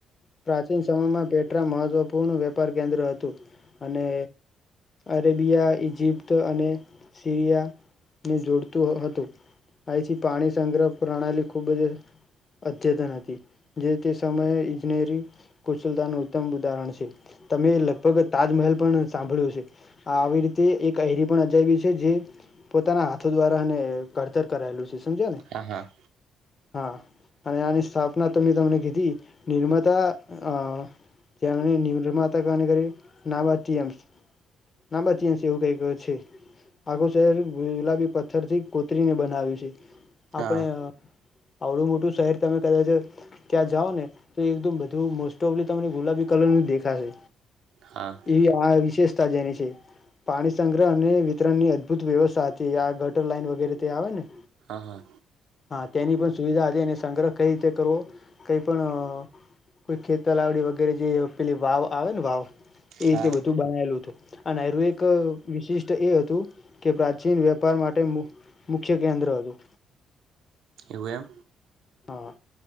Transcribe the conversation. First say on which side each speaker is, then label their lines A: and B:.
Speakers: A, on the left; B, on the right.
A: પ્રાચીન સમયમાં પેટ્રા મહત્વપૂર્ણ વેપાર. કેન્દ્ર હતું. અને. અરેબિયા, ઈજિપ્ત અને સીરિયાને જોડતું હતું. અહીથી પાણી સંગ્રહ પ્રણાલી ખૂબ જ અદ્યતન હતી. જે તે સમયે. નેરી કુશલતાનું ઉત્તમ ઉદાહરણ છે. તમે લગભગ તાજમહેલ. મહેલ પણ સાંભળ્યું હશે. આવી રીતે એક અયરી પણ અજાયબી છે જે પોતાના હાથો દ્વારા અને. ઘડતર કરાયેલું છે. સમજ્યા ને?
B: હા હા
A: હા અને આની સ્થાપના તો મેં તમને કીધી. નિર્માતા અ જ્યાંની નિર્માતા. <inaudible> નાબાચયમ નાબાચયમ એવું કઈ છે. આખું શહેર ગુલાબી પથ્થરથી કોતરીને બનાવ્યું છે. આપણે
B: હા
A: આવડું મોટું શહેર તમે. કદાચ ત્યાં જાઓ ને. તો એકદમ બધું મોસ્ટ ઓફલી તમને ગુલાબી કલરનું જ દેખાશે..
B: હા
A: એવી આ વિશેષ. તા જેની છે. પાણી સંગ્રહ અને મિતની. અૂત વ્યવસ્થા હતી આ. ટર લાઈન વગેરેતે આવે ને.
B: હા હા
A: હા તેની પણ સુવિધા હતી. સંગ્રહ કઈ રીતે કરવો. કઈ પણ. કોઈ ખેતલાવડી વગેરે જે. પેલી વાવ આવે. એ રીતે
B: હા
A: બધું બનાેલું હતું અને એક વિશિષ. તો એ હતું. કે પ્રાચીન વેપાર માટે મુખ્ય કેન્દ્ર હતું.
B: એવું એમ
A: હા